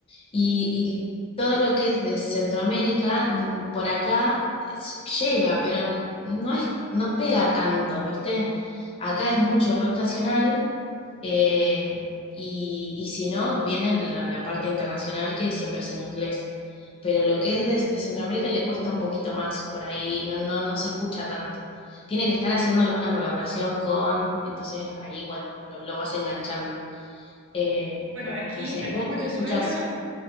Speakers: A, on the left; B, on the right.
A: Y, y todo lo que es de Centroamérica, mm, por acá es- llega, pero no es, no pega tanto, ¿viste? Acá es mucho rock nacional eh, y, y si no, vienen la, la parte internacional que siempre es en inglés. Pero lo que es de, de Centroamérica le cuesta un poquito más, por ahí no, no, no se escucha tanto. Tiene que estar haciendo alguna colaboración con, entonces ahí, bueno, lo, lo vas enganchando. Eh,
B: Bueno,
A: pero bueno,
B: aquí,
A: no sé,
B: aquí
A: ¿vos,
B: en
A: vos
B: Venezuela,
A: qué escuchás?